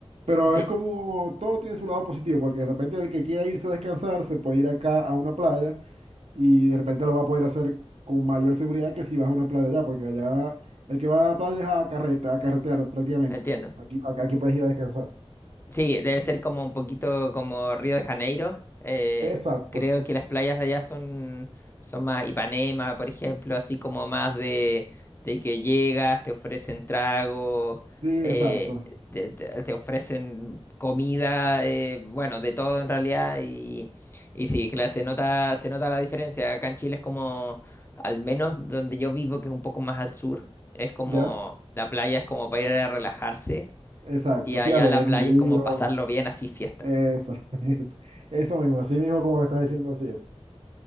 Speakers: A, on the right; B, on the left.
A: Pero
B: sí,
A: es como todo tiene su lado positivo, porque de repente el que quiera irse a descansar se puede ir acá a una playa y de repente lo va a poder hacer con mayor seguridad que si vas a una playa allá, porque allá el que va a la playa es a carrete, a carretear prácticamente.
B: entiendo.
A: Aquí, aquí puedes ir a descansar.
B: Sí, debe ser como un poquito como Río de Janeiro. eh,
A: Exacto,
B: creo que las playas de allá son, son más Ipanema, por ejemplo, así como más de, de que llegas, te ofrecen trago,
A: sí,
B: eh,
A: exacto,
B: te, te- te ofrecen comida, eh, bueno, de todo en realidad. Y, y sí, claro, se nota, se nota la diferencia. Acá en Chile es como, al menos donde yo vivo, que es un poco más al sur, es como,
A: ¿ya?
B: la playa es como para ir a relajarse
A: Exacto,
B: y allá
A: sí, a leer
B: la playa
A: un libro,
B: es como pasarlo bien, así fiesta.
A: eso, <laughs> eso, eso mismo, así mismo como lo estás diciendo, así es.